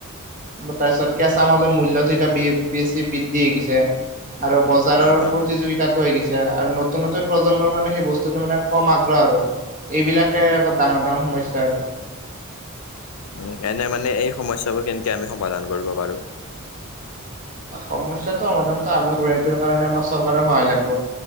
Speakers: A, on the right (about 40°); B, on the left (about 80°).
A: তাৰপিছত কেঁচা মালৰ মূল্যতটো এতিয়া বেছি বৃদ্ধি হৈ গৈছে। আৰু বজাৰৰ
B: অ অ
A: প্ৰতিযোগিতা <unintelligible> এতিয়া আৰু নতুন, নতুন প্ৰজন্মৰ মানে সেই বস্তুটো মানে কম আগ্ৰহ আৰু এইবিলাকে ডাঙৰ, ডাঙৰ সমস্যা আৰু।
B: উ এনে মানে এই সমস্যাবোৰ কেনেকে আমি সমাধান কৰিব পাৰো?
A: সমস্যাটো সমাধান আমি কৰিবৰ কাৰণে আমাৰ চৰকাৰৰ সহায় লাগিব।